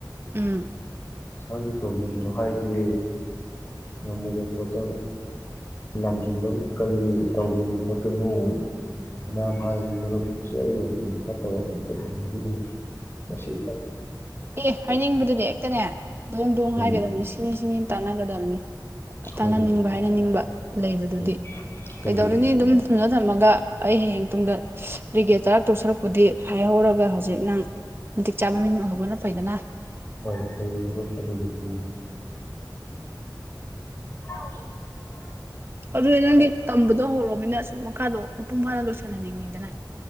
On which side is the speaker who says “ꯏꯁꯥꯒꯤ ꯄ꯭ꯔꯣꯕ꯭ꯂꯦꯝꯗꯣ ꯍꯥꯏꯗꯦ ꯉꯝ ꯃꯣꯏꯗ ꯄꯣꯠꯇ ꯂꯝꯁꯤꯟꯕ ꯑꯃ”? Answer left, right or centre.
Left